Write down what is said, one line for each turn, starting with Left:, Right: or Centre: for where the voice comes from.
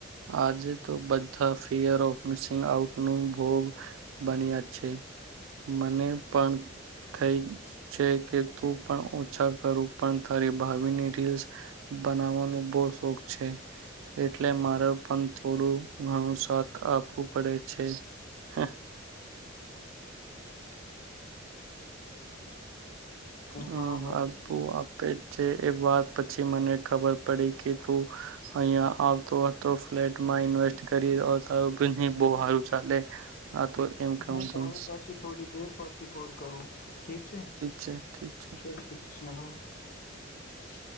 Right: આજે તો બધા ફિયર ઓફ મિ આઉટ નું ભોગ બન્યા છે મને પણ થઈ છે કે તું પણ અચ્છા કરું પણ તારી ભાવિની રીલસ બનાવવાનું બહ શોખ છે એટલે મારે પણ થોડું ઘણું સાથ આપ વું પડે છે હ હમ હું
Left: હા ભાઈ.
Right: આપે એ વાત પછી મને ખબર પડી કે તું અહિયાં આવતો હતો ફ્લેટમાં ઇન્વેસ્ટ કરી સારો બને બહુ સારું ચાલે હા તો એમ કઉ
Left: હ
Right: છું
Left: તારે પાછી થોડી દર પછી કર કરું ઠીક છે
Right: છે ઠીક છે
Left: જય શ્રી કૃષ્ણ ભાઈ હ